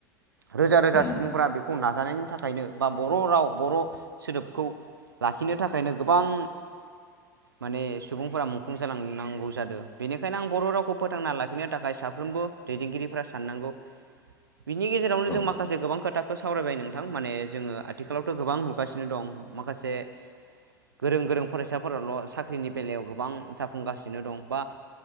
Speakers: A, on the right; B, on the left.
A: रोजा रोजा
B: उम
A: सुबुंफोरा बेखौ नाजानायनि थाखायनो बा बर' राव बर' सोदोबखौ लाखिनो थाखायनो गोबां माने सुबुंफोरा मुंख्लं जालांनांगौ जादों बेनिखायनो आं बर' रावखौ फोथांना लाखिनो थाखाय सा फ्रोमबो दैदेनगिरिफ्रा साननांगौ।
B: <inaudible>
A: नि गेजेरावनो
B: औ
A: माखासे गोबां खोथाखौ सावरायबाय नोंथां माने जोङो आथिखालावथ' गोबां नुगासिनो दं माखासे गोरों गोरों फरायसाफोराल' साख्रिनि बेलायाव गोबां जाफुंगासिनो दं बा